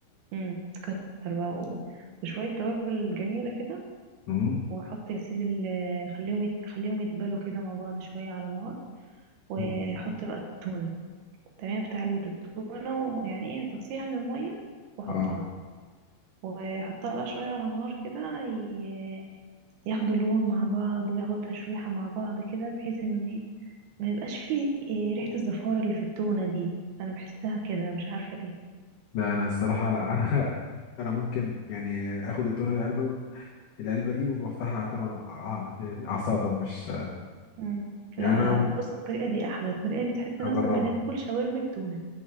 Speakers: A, on the right; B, on the left.
A: امم تكتر بقى و... وشويه توابل جميله كده
B: مم.
A: وحط يا سيدي ال... خليهم يت... خليهم يتبالوا كده مع بعض شويه على النار وحط
B: مم.
A: بقى التونه تمام بتاع علبه التونه ويعني ايه صفيها من الميه وحطها
B: اه
A: واحطها بقى شوية على النار كده ي- ياخدوا لون مع بعض وياخدوا تشويحة مع بعض كده بحيث ان ايه ما يبقاش فيه إيه ريحة الزفارة اللي في التونة دي انا بحسها كده مش عارفة ليه
B: لا انا الصراحة لا انا <laughs> انا ممكن يعني اخد التونة العلبة العلبة دي وبفتحها على على على السلطة مش
A: مم.
B: يعني
A: لا
B: انا
A: لا بص الطريقة دي احلى الطريقة دي تحس
B: هجربها
A: نفسك بتاكل شاورما التونة